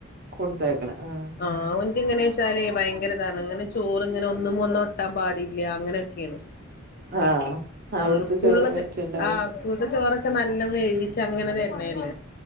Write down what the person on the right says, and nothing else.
കൊടുത്തയക്കണെ ആഹ്
ആഹ് അവിടുത്തെ
ചോറ് പറ്റ്ണ്ടാവൂല